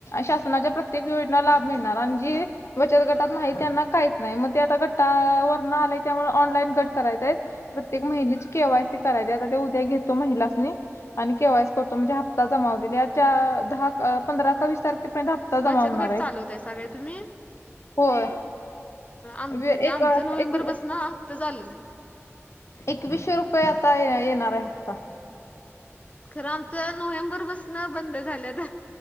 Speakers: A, on the left; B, on the left.
A: शासनाच्या प्रत्येक योजना लाभ मिळणार आणि जे बचत गटात माहि त्यांना काहीच नाही मग ते आता घट्टा वरण आलाय त्यामुळे ऑनलाईन घट करायचंय प्रत्येक महिलेची केवायसी करायली आता ते उद्या घेतो महिलासनी आणि केव्हायस करतो म्हणजे हप्ता जमा होईल या चार, दहा, पंधरा का वीस तारखे हप्ता जमा
B: बचत
A: होणार
B: गट
A: आहे.
B: चालवतायसा काय तुम्ही?
A: होय-
B: आम म्हणे
A: वे- एक
B: आमचं नोव्हेंबर
A: एक
B: पासनं हप्ते चालू आहे..
A: एकवीसशे रुपये आता येणार आहे हप्ता.
B: खरं आमचं नोव्हेंबर पासून बंद झालंत.